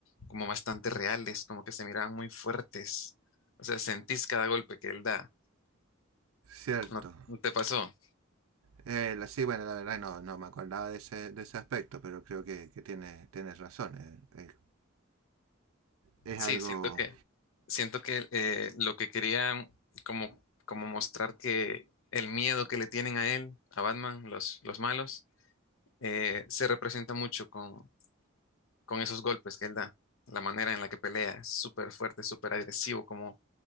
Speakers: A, on the left (about 70°); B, on the right (about 85°).
A: como bastante reales, como que se miraban muy fuertes. O sea, sentís cada golpe que él da.
B: Cierto.
A: ¿No no te pasó?
B: Eh, sí, bueno, la verdad no, no me acordaba de ese, de ese aspecto, pero creo que, que tiene, tienes razón. eh, eh, es
A: Sí,
B: algo...
A: siento que, siento que eh, lo que quería como, como mostrar que el miedo que le tienen a él, a Batman, los, los malos, eh, se representa mucho con, con esos golpes que él da, la manera en la que pelea, es súper fuerte, súper agresivo, como,